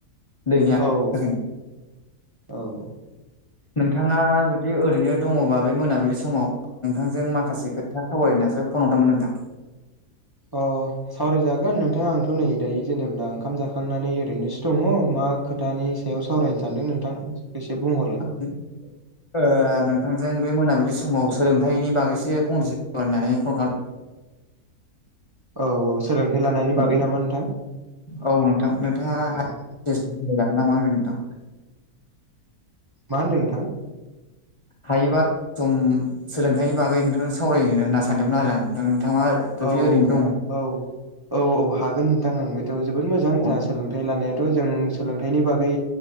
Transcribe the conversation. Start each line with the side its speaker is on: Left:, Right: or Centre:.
Left: दैनि आंखालजों।
Right: अ औ औ।
Left: नोंथाङा जुदि ओरैनो दङबा बे मोनाबिलि समाव नोंथांजों माखासे खोथा सावरायनो ओननासो फन हरदोंमोन नोंथां।
Right: अ सावरायजागोन नोंथां आंथ' नै दायो जेनेब्ला ओंखाम जाखांनानै ओरैनोसो दङ मा खोथानि सायाव सावरायनो सानदों नोंथां एसे बुंहरलाय।
Left: <unintelligible> ओ नोंथांजों बे मोनाबिलि समाव सोलोंथाइनि बागैसो फंनैसो होननानै फन खालाम
Right: औ औ सोलोंथाइ लानायनि
Left: खालाम
Right: बागै नामा नोंथां
Left: औ नोंथां नोंथाङा
Right: औ औ।
Left: <unintelligible> नामा आजों नोंथां?
Right: मा होनदों नोंथां?
Left: हायोबा सम सोलोंथाइनि बागै नोंथांजों सावरायनो होनना सानदोंमोन आरो आं दा नोंथाङा जुदि
Right: औ
Left: ओरैनो दङ
Right: औ औ औ औ हागोन नोंथां आओं बेथ' जोबोद मोजां
Left: औ
Right: जा सोलोंथाइ लानायाथ' जों सोलोंथाइनि बागै